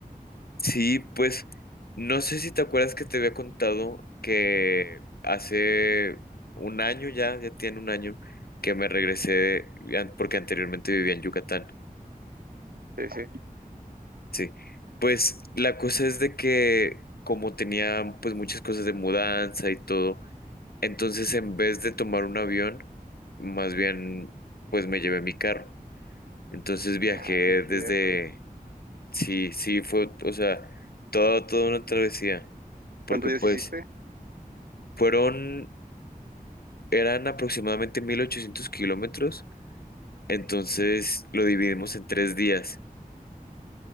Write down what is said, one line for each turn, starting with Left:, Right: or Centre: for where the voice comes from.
Left: Sí, pues no sé si te acuerdas que te había contado que hace un año ya, ya tiene un año que me regresé, an- porque anteriormente vivía en Yucatán.
Right: Sí, sí.
Left: Sí, pues la cosa es de que como tenía pues muchas cosas de mudanza y todo, entonces en vez de tomar un avión, más bien pues me llevé mi carro. Entonces viajé
Right: Ah, sí, cierto.
Left: desde, sí, sí, fue, o sea, todo, toda una travesía, porque
Right: ¿Cuántos días
Left: pues
Right: hiciste?
Left: fueron, eran aproximadamente 1800 kilómetros, entonces lo dividimos en tres días,